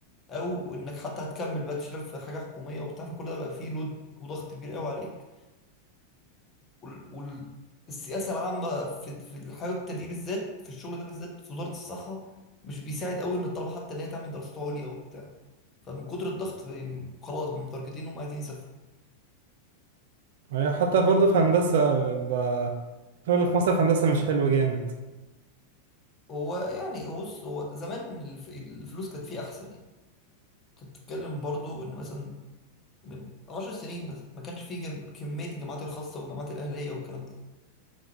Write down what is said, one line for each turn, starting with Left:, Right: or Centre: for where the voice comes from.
Left: أو إنك حتى هتكمل بقى تشتغل في حاجة حكومية وبتاع فكل ده بقى فيه لود وضغط كبير أوي عليك والسياسه العامه في في الحياه التدريب بالذات في الشغل ده بالذات في وزاره الصحه مش بيساعد قوي ان الطلبه حتى ان هي تعمل دراسات عليا وبتاع فمن كتر الضغط بي- خلاص بمتارجتين انهم عايزين يسافروا
Right: يعني حتى برضه في هندسة بيبقى الشغل في مصر في هندسة مش حلو جامد
Left: هو يعني هو بص هو زمان الف- الفلوس كانت فيه احسن يعني انت بتتكلم برضو ان مثلا من عشر سنين مثلا ما كانش فيه جم... كمية الجامعات الخاصة والجامعات الأهلية والكلام ده